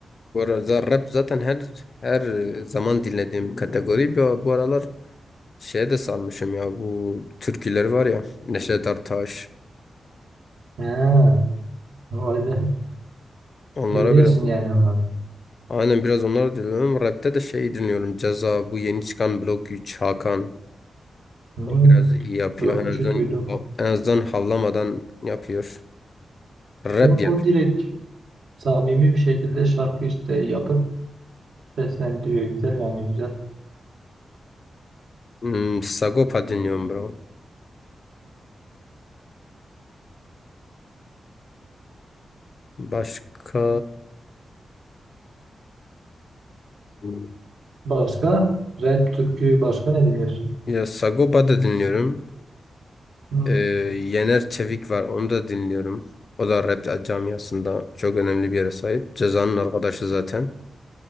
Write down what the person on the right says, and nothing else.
Ha, vay be.
Dinliyorsun
yani onları.
Hmm.
Blok
3'ü
duydum.
Yok
o direkt samimi bir şekilde şarkı işte yapıp seslendiriyor. Güzel yani güzel.
Başka? Rap türkü başka ne dinliyorsun?
Hmm.